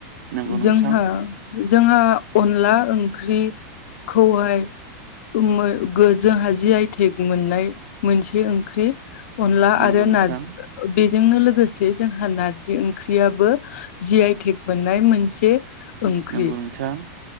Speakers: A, on the right (about 70°); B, on the left (about 65°).
A: नंगौ नोंथां
B: जोंहा जोंहा अनला ओंख्रि खौहाय मो जोंहा जियाय मोननाय मोनसे ओंख्रि अनला
A: नंगौ
B: आरो
A: नोंथां
B: नारजि बेजोंनो लोगोसे जोंहा नारजि ओंख्रियाबो जि आइ थेक मोननाय मोनसे ओंख्रि
A: नंगौ नोंथां